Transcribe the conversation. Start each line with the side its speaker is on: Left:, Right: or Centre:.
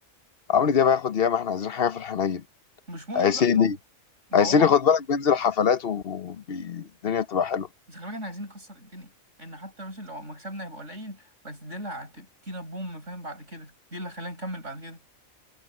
Left: عمرو دياب هياخد ياما إحنا عايزين حاجة في الحنين
Right: مش مهم
Left: عسيلي
Right: بقى ما هو ما
Left: هيسيري
Right: هو
Left: خد بالك بينزل حفلات والدنيا بتبقى حلوه
Right: بس خلي بالك احنا عايزين نكسر الدنيا ان حتى مثلا لو مكسبنا هيبقى قليل بس دي اللي هتدينا بوم فاهم بعد كده دي اللي هتخلينا نكمل بعد كده